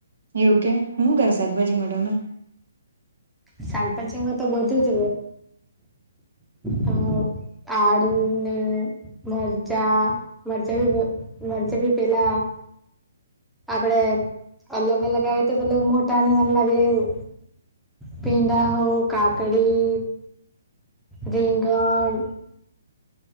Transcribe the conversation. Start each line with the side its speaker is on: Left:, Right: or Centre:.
Right: એવું કે હું શું કરે શાકભાજી મા ટમે
Centre: શાકભાજી માં તો બધું જ હ આડને મરચા મરચાી મરચા ભી પેલા આપડે અલગ અલગ આવે તોલ મોટાને લાગે એવું ભીડા હો કાકડી રીંંગણ